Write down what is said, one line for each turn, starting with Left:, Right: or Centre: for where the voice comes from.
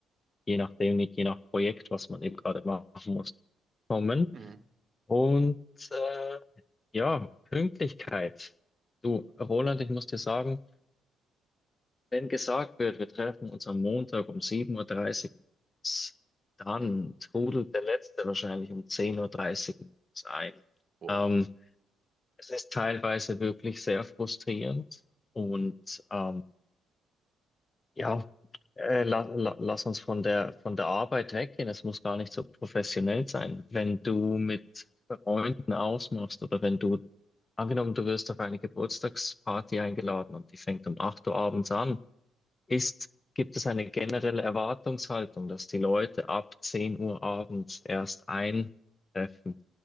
Left: je nachdem, je nach Projekt, was man eben gerade machen muss, kommen.
Right: Mhm.
Left: Und äh, ja, Pünktlichkeit. Du, Roland, ich muss dir sagen, wenn gesagt wird, wir treffen uns am Montag um sieben Uhr dreißig morgens, dann
Right: mhm.
Left: trudelt der Letzte wahrscheinlich um zehn Uhr dreißig morgens ein.
Right: Boah.
Left: Ähm, Es ist teilweise wirklich sehr frustrierend und
Right: Mhm.
Left: ähm, ja, äh, la, la, lass uns von der, von der Arbeit weggehen. Es muss gar nicht so professionell sein. Wenn du mit Freunden ausmachst oder wenn du, angenommen, du wirst auf eine Geburtstagsparty eingeladen und die fängt um 8 Uhr abends an, ist, gibt es eine generelle Erwartungshaltung, dass die Leute ab 10 Uhr abends erst eintreffen.